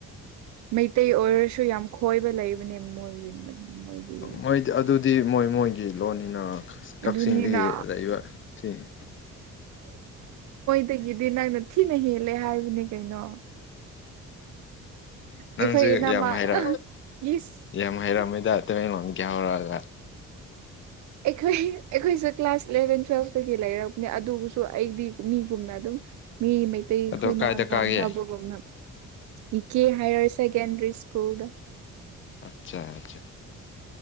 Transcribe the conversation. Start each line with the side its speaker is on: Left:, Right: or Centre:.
Right: ꯃꯩꯇꯩ ꯑꯣꯏꯔꯁꯨ ꯌꯥꯝ ꯈꯣꯏꯕ ꯂꯩꯕꯅꯦ ꯃꯣꯏꯒꯤ ꯃꯣꯏꯒꯤ
Left: ꯃꯣꯏꯗꯤ ꯑꯗꯨꯗꯤ ꯃꯣꯏ ꯃꯣꯏꯒꯤ ꯂꯣꯟꯅꯤꯅ ꯀꯛꯆꯤꯡꯗꯒꯤ
Right: ꯑꯗꯨꯅꯤꯅ
Left: ꯂꯩꯕ ꯁꯤꯅꯤ
Right: ꯇꯒꯤꯗꯤ ꯅꯪꯅ ꯊꯤꯅ ꯍꯦꯜꯂꯦ ꯍꯥꯏꯕꯅꯦ ꯀꯩꯅꯣ
Left: ꯅꯪꯁꯨ
Right: ꯑꯩꯈꯣꯏ ꯏꯅꯝꯃ
Left: ꯌꯥꯝ ꯍꯥꯏꯔ
Right: ꯏꯁ
Left: ꯌꯥꯝ ꯍꯩꯔꯝꯩꯗꯇꯩꯅꯣꯟꯒ ꯌꯥꯎꯔꯣꯂ
Right: ꯑꯩꯈꯣꯏ ꯑꯩꯈꯣꯏꯁꯨ ꯀ꯭ꯂꯥꯁ ꯏꯂꯚꯦꯟ ꯇꯨꯋꯦꯜꯐꯇꯒꯤ ꯂꯩꯔꯕ ꯑꯗꯨꯕꯨꯁꯨ ꯑꯩꯗꯤ ꯃꯤꯒꯨꯝꯅ ꯑꯗꯨꯝ ꯃꯤ ꯃꯩꯇꯩ
Left: ꯑꯗꯣ
Right: ꯈꯈꯣꯏꯅ
Left: ꯀꯥꯏꯗ
Right: ꯉꯥꯡꯅꯕꯒꯨꯝꯅ
Left: ꯀꯥꯒꯦ
Right: ꯏ ꯀꯦ ꯍꯔ ꯁꯦꯀꯦꯟꯗꯔꯤ ꯁ꯭ꯀꯨꯜꯗ
Left: ꯑꯆꯥ ꯑꯆꯥ